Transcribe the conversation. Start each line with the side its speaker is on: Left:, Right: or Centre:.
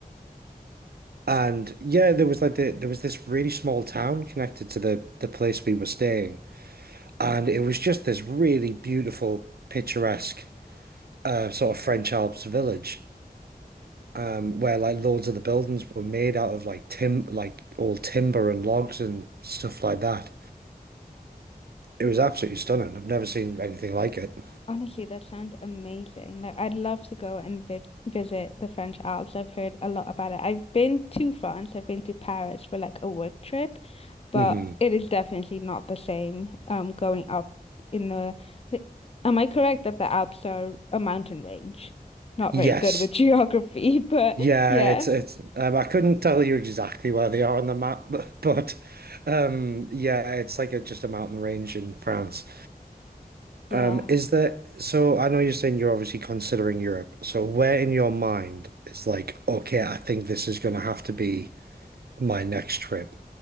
Right: And yeah, there was like the, there was this really small town connected to the the place we were staying, and it was just this really beautiful, picturesque uh, sort of French Alps village, um, where like loads of the buildings were made out of like tim like old timber and logs and stuff like that. It was absolutely stunning. I've never seen anything like it.
Left: Honestly, that sounds amazing. Like I'd love to go and vi visit the French Alps. I've heard a lot about it. I've been to France. I've been to Paris for like a work trip, but
Right: hmm
Left: it is definitely not the same um going up in the the- Am I correct that the Alps are a mountain range? Not
Right: Yes.
Left: very good with <laughs> geography, but
Right: Yeah,
Left: yeah.
Right: it's it's um, I couldn't tell you exactly where they are on the map, <laughs> but, but um yeah, it's like a, just a mountain range in France.
Left: Yeah.
Right: Um, is there, so I know you're saying you're obviously considering Europe. So where in your mind is like, okay, I think this is gonna have to be my next trip?